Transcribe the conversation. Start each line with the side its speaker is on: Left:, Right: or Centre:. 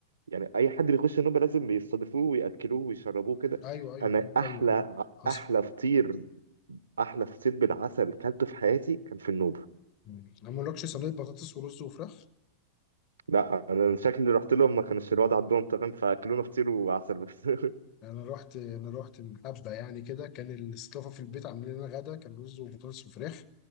Right: يعني اي حد بيخش النوبه لازم بيستضيفوه وياكلوه ويشربوه كده
Left: ايوه ايوه
Right: انا
Left: ايوه
Right: احلى
Left: ايوه حصل
Right: احلى فطير احلى فطير بالعسل كلته في حياتي كان في النوبه
Left: مم. انا ما اقولكش صينيه بطاطس ورز وفراخ
Right: لا انا شكلي رحت لهم ما كانش الوضع عندهم تمام فاكلونا فطير وعسل بس <laughs>
Left: انا رحت انا رحت من حبه يعني كده كان الاستضافه في البيت عاملين لنا غدا كان رز وبطاطس وفراخ